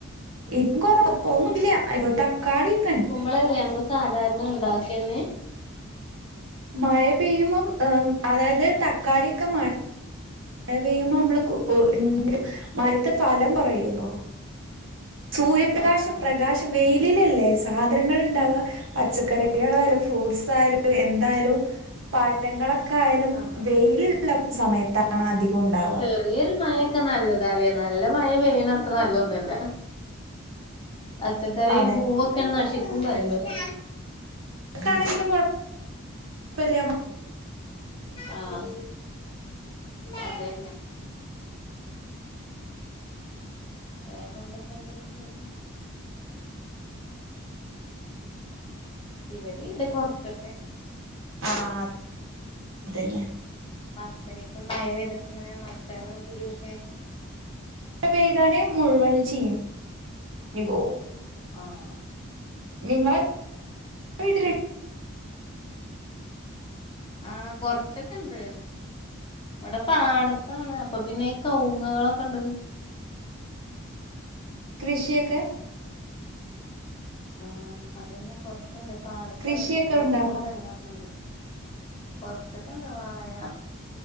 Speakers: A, on the right; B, on the left.
A: ഇപ്പം കൊറവാ ഇപ്പ ഒന്നില്ല ഇപ്പൊ തക്കാളിയൊക്കെണ്ട്
B: ഇപ്പോളല്ലേ നമ്മള് സാധാരണ ഉണ്ടാക്കിന്നെ
A: മഴ പെയ്യുമ്പം അതായത് തക്കാളിയൊക്കെ മ മഴ പെയ്യുമ്പോ നമ്മള് ഉ മഴത്തെ ഫലം കുറയലോ സൂര്യപ്രകാശ
B: ആഹ് ആഹ്
A: പ്രകാശ വെയിലിലല്ലേ സാധനങ്ങൾ ഉണ്ടാവാുക പച്ചക്കറികളായാലും ഫ്രൂട്ട്സ് ആയാലും എന്തായാലും പഴങ്ങളൊക്കെ ആയാലും
B: ആഹ്
A: വെയില്ള്ള സമയത്താ ണ് അധികൊം ഇണ്ടാ
B: ചെറിയെര് മഴെക്കെ നല്ലതാല്ലേ നല്ല മഴ പെയ്യ്ണ അത്ര നല്ലൊന്നല്ല പച്ചക്കറിയും
A: അതെ
B: പൂവൊക്കെ നശിക്കും പറിമ്പള്
A: ട്ടാണെങ്കിലും കൊഴപ്പല്ല മ
B: ആഹ് അതെ വേറെന്തൊക്കേണ്ട് വിശേഷം ഇവടീണ്ട് കൊറ്ച്ചൊക്കെ
A: ആഹ് അതന്നെ
B: മത്തനിപ്പം മഴ പെയ്ത്ട്ട് ഇങ്ങനെ മത്തനും കുരുവൊക്കെ
A: ഴ പെയ്താല് മുഴുവൻ ചീഞ്ഞ് പോവും
B: ആഹ്
A: നിങ്ങളെ വീട്ടില്
B: ആഹ് കൊറ ച്ചൊക്കെണ്ട് ഇവടെ പാടത്താണ് അപ്പൊ പിന്നെ ഈ കവുങ്ങ്കളൊക്കെണ്ട്
A: കൃഷിയൊക്കെ
B: ആഹ് അതന്നെ കൊറച്ച്ണ്ട് പാടത്തായോണ്ടെ
A: കൃഷിയൊക്കെ
B: കവുങ്ങും
A: ഉണ്ടാ
B: തെങ്ങൊക്കെണ്ട് കൊറച്ചൊക്കെണ്ട് വാഴ